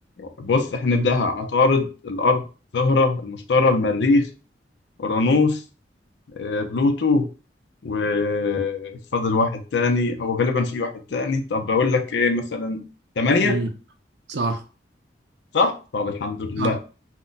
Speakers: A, on the left; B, on the right.
A: بص احنا نبدأها عطارد الأرض زهرة المشتري المريخ أورانوس آه، بلوتو وفاضل واحد تاني هو غالبا في واحد تاني طب بقول لك ايه مثلا تمانية
B: امم صح
A: صح؟ طب الحمد لله
B: صح